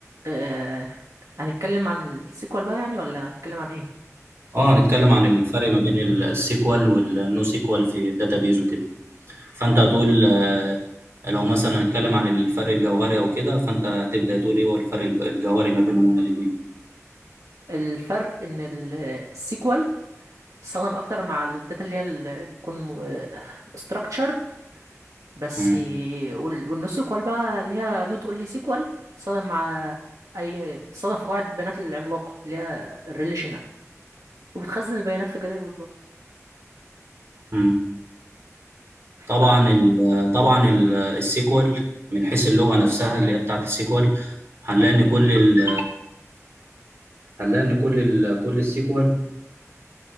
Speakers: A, on the right; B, on the right.
A: آه هنتكلم عن السيكوال بقى يعني ولا هنتكلم عن ايه
B: اه هنتكلم عن الفرق ما بين السيكوال والنو سيكوال في الداتابيز وكده فانت هتقول آه، لو مثلا هنتكلم عن الفرق الجوهري او كده فانت تبدا تقول ايه هو الفرق الب- الجوهري ما بينهم هما الاثنين
A: الفرق ان ال- السيكوال بتستخدم اكتر مع الداتا اللي هي اللي بتكون آه، structured بس
B: مم.
A: وال- والنو سيكوال بقى اللي هي نوت اونلي سيكوال بتستخدم مع اي بتستخدم في قواعد البيانات العملاقه اللي هي الريليشنال وبتخزن البيانات في جداول برضه
B: مم. طبعا
A: ف
B: ال طبعا ال- السيكوال من حيث اللغه نفسها اللي هي بتاعت السيكوال هنلاقي ان كل ال هنلاقي ان كل ال كل السيكوال